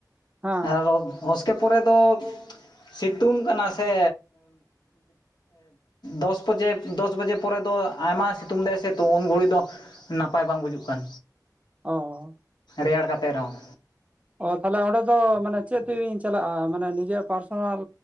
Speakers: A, on the right; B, on the left.
A: ᱦᱮᱸ
B: ᱟᱨᱚ ᱩᱥᱠᱮ ᱯᱚᱨᱮ ᱫᱚ ᱥᱤᱛᱩᱝ ᱠᱟᱱᱟ ᱥᱮ ᱫᱚᱥ ᱵᱟᱡᱮ ᱫᱚᱥ ᱵᱟᱡᱮ ᱯᱚᱨᱮ ᱫᱚ ᱟᱭᱢᱟ ᱥᱤᱛᱩᱝ ᱞᱮᱫᱼᱟ ᱥ ᱩᱱ ᱜᱷᱲᱤ ᱫᱚ ᱱᱟᱯᱟᱭ ᱵᱟᱝ ᱵᱩᱡᱩᱜ ᱠᱟᱱ
A: ᱚ
B: ᱨᱮᱭᱟᱲ ᱠᱟᱛᱮᱫ ᱨᱮᱦᱚᱸ
A: ᱚ ᱛᱟᱦᱚᱞᱮ ᱚᱸᱰᱮ ᱫᱚ ᱢᱟᱱᱮ ᱪᱮᱫ ᱛᱮᱵᱤᱱ ᱪᱟᱞᱟᱜᱼᱟ ᱢᱟᱱᱮ ᱱᱤᱡᱮᱨ ᱯᱟᱨᱥᱚᱱᱟᱞ